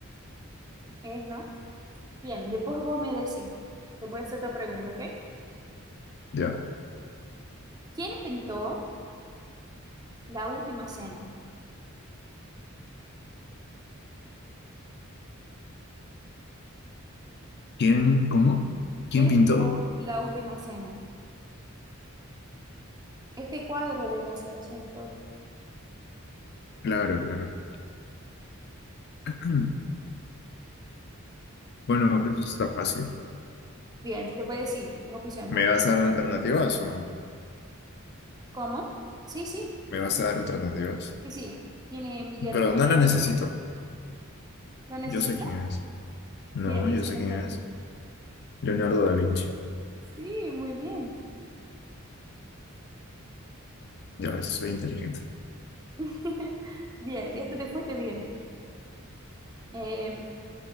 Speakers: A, on the right; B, on the left.
A: ¿es, no? Bien, después vos me decís. Te voy a hacer otra pregunta, ¿ok?
B: ya.
A: ¿Quién pintó La Última Cena?
B: ¿Quién, cómo? ¿Quién
A: ¿Quién
B: pintó?
A: pintó La Última Cena? Este cuadro de la Santa Cena y todo.
B: Claro, claro. <clears throat> Bueno, pues eso está fácil.
A: Bien, te voy a decir las opciones,
B: ¿Me
A: ¿ok?
B: vas a dar alternativas o
A: ¿Cómo? Sí, sí,
B: me vas a dar alternativas?
A: sí, sí. ¿Tiene Miguel
B: Pero
A: Ángel?
B: no las necesito.
A: ¿Lo necesita?
B: Yo sé quién es. No,
A: Bien, dice
B: yo sé
A: Miguel.
B: quién es. Leonardo da Vinci.
A: Sí, muy bien.
B: Ya ves, soy inteligente.
A: <laughs> Bien, este te fuiste bien. Eh,